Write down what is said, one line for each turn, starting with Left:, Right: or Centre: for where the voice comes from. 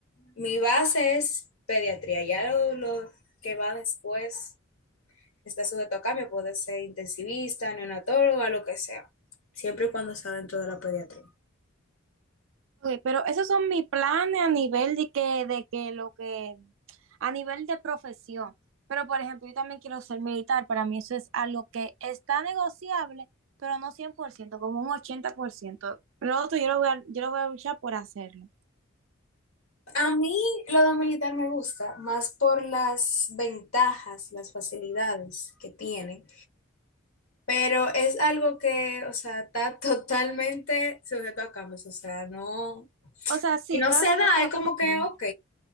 Left: Mi base es pediatría, ya lo, lo que va después está sujeto a cambio, puede ser intensivista, neonatóloga, lo que sea, siempre y cuando sea dentro de la pediatría.
Right: Ok, pero esos son mis planes a nivel de que, de que lo que, a nivel de profesión. Pero, por ejemplo, yo también quiero ser militar. Para mí eso es algo que está negociable, pero no 100%, como un 80%. Lo otro yo lo voy a, yo lo voy a luchar por hacerlo.
Left: A mí lo de militar me gusta más por las ventajas, las facilidades que tiene, pero es algo que, o sea, está <laughs> totalmente sujeto a cambios, o sea, no,
Right: O sea, sí,
Left: y no
Right: está
Left: se da,
Right: sujeto
Left: es
Right: a
Left: como que,
Right: cambio.
Left: ok,